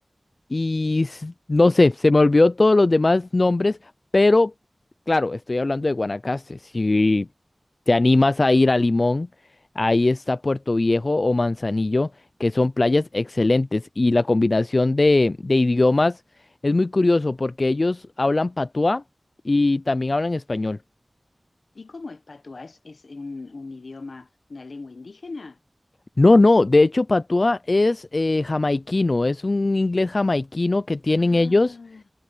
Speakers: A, on the left (about 50°); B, on the left (about 80°).
A: y s- no sé, se me olvidó todos los demás nombres, pero claro, estoy hablando de Guanacaste. Si te animas a ir a Limón, ahí está Puerto Viejo o Manzanillo, que son playas excelentes. Y la combinación de, de idiomas es muy curioso porque ellos hablan patuá y también hablan español.
B: ¿Y cómo es patua? ¿Es, es un, un idioma, una lengua indígena?
A: No, no, de hecho patuá es eh, jamaiquino, es un inglés jamaiquino que tienen
B: Ah,
A: ellos.